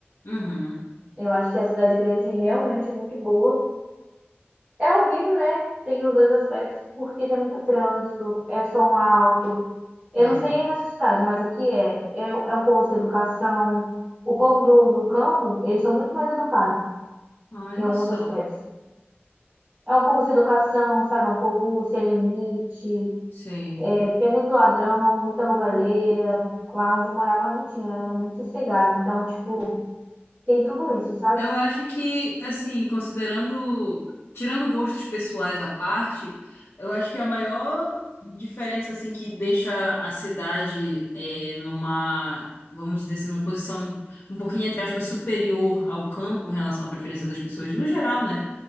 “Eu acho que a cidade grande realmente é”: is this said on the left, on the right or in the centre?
Right